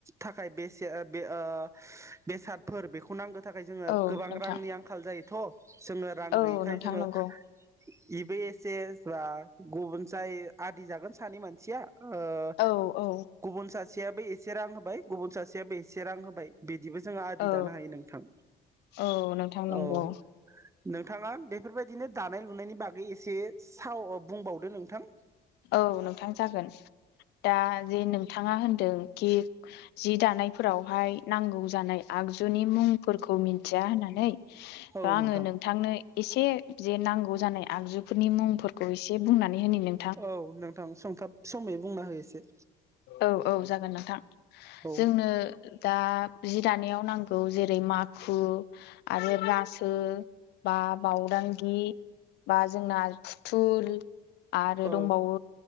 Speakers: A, on the right; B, on the left.
A: थाखाय बेसे बे ओ बेसादफोर बेखौ नांगोन थाखाय जोंङो
B: औ
A: गोबां
B: नोंथां
A: रांनि आंखाल जायोथ' जोंङो रां
B: औ
A: गैयैखाय
B: नोंथां
A: जोंङो
B: नंगौ
A: नैबे एसे जा गुबुन जाय आदि जागोन सानै मानसिया ओ
B: औ औ
A: गुबुन सा सेयाबो एसे रां होबाय गुबुन सासेयाबो एसे रां होबाय बि दिबो जोङा आदि
B: औ
A: दानो हायो नोंथां
B: औ नोंथां नंगौ
A: औ नोंथाङा बेफोरबायदिनो दानाय लुनायनि बागै एसे साव बुंबावदो नोंथां
B: औ नोंथां जागोन दा जे नोंथाङा होनदों खि जि दानायफोरावहाय नांगौ जानाय आ आगजुनि मुंफोरखौ मिनथिया होननानै
A: औ
B: दा
A: नोंथां
B: आंङो नोंथांनो एसे जे नांगौ जानाय आगजुफोरनि मुंफोरखौ एसे बुंनानै होनि नों
A: औ नोंथां संथाब समै बुंना हो एसे
B: औ औ जागोन नोंथां
A: औ
B: जोंनो दा जि दानायाव नां गौ जेरै माखु आरो रासो बा बावदांगि बा जोंना फुथुल आरो
A: औ
B: दंबावो